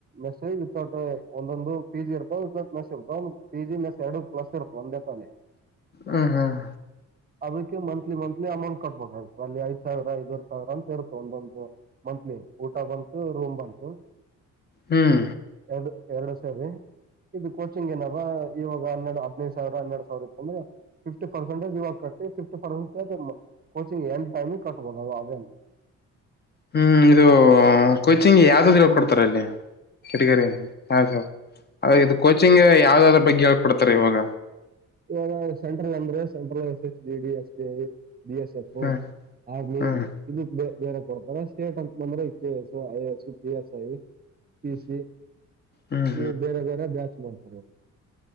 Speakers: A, on the right; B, on the left.
A: ಮೆಸ್ ವಿತೌಟ್ ಒಂದೊಂದು ಪಿ ಜಿ ಇರ್ತಾವ ವಿತೌಟ್ ಮೆಸ್ ಇರ್ತವ ಒಂದೊಂದು ಪಿಜಿ ಮೆಸ್ ಎರಡು ಇರ್ತಾವ. ಪ್ಲಸ್ ಇರ್ತ ಒಂದೇತಲ್ಲೇ.
B: ಹ್ಮ್ ಹ್ಮ್.
A: ಅದಕ್ಕೆ ಮಂತ್ಲಿ ಮಂತ್ಲಿ ಅಮೌಂಟ್ ಕಟ್ಬೇಕಾಗಿತು ಅಲ್ಲಿ ಐದ್ ಸಾವಿರ ಐದ್ರಡ್ ಸಾವಿರ ಅಂತ ಇರುತ್ತ ಒಂದೊಂದು ಮಂತ್ಲಿ ಊಟ ಬಂತು ರೂಮ್ ಬಂತು
B: ಹ್ಮ್
A: ಎರಡು ಎರಡು ಸರಿ ಇದು ಕೋಚಿಂಗ್ ಏನಾವ ಇವಾಗ ಹನ್ನೆರಡು ಹದ್ನೈದು ಸಾವಿರ ಹನ್ನೆರಡ್ ಸಾವಿರ ಇತ್ತುಂದ್ರ ಫಿಫ್ಟಿ ಪರ್ಸೆಂಟಜ್ ಯುವಾಗ ಕಟ್ಟ ಫಿಫ್ಟಿ ಪರ್ಟಜ್ ಕೋಗ್ ಎಂಡ ಟಮ ಕಟ್ಟುವ ಆದನು
B: ಹ್ಮ್ ಇದು ಕೊಚಿಂಗ್ ಯಾವ್ದ್ದ ಹೇಳ್ಕೊಡ್ತಾರ ಅಲ್ಲಿ ಕಿಡಿಗರಿ ಹಾ ಸರ್ ಇದು ಕೋಚಿಂಗ್ ಯಾವ್ದಾದ್ರ ಬಗ್ಗೆ ಹೇ ಕೊಡ್ತಾರೆ ಇವಾಗ
A: ಇವಾಗ ಸೆಂಟ್ರಲ್ ಅಂದ್ರೆ ಸೆಂಟ್ರಲ್ ಎಸ್ ಎಸ್ ಜ D S B I B S F
B: hmm
A: army
B: ಹ್ಮ್
A: ಇದು ಬೇರೆ ಕೊಡ್ತಾರೆ ಸ್ಟೇಟ್ ಅಂತ ಅಂದ್ರೆ K S I S P S I P C
B: ಹ್ಮ್
A: ಇವು ಬೇರೆ ಬೇರೆ ಬ್ಯಾಚ್ ಮಾಡ್ತಾರೆ ಅವರು